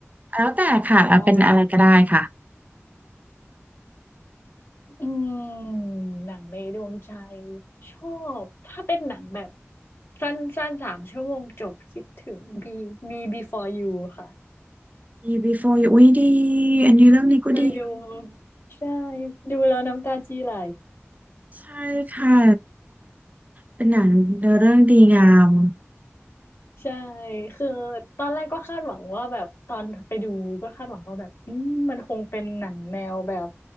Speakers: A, on the right (about 35°); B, on the left (about 65°).
A: แล้วแต่ค่ะเอาเป็นอะไรก็ได้ค่ะ
B: หรือว่า อืมหนังในดวงใจชอบถ้าเป็นหนังแบบสั้นสั้นสามชั่วโมงจบคิดถึงบีมี Before You ค่ะ
A: ดี Before You อุ้ยดีอันนี้เรื่องนี้ก็ดี
B: เคยดูใช่ดูแล้วน้ำตาจีไหล
A: ใช่ค่ะเป็นหนังเนื้อเรื่องดีงาม
B: <laughs> ใช่คือตอนแรกก็คาดหวังว่าแบบตอนไปดูก็คาดหวังว่าแบบอืมมันคงเป็นหนังแนวแบบ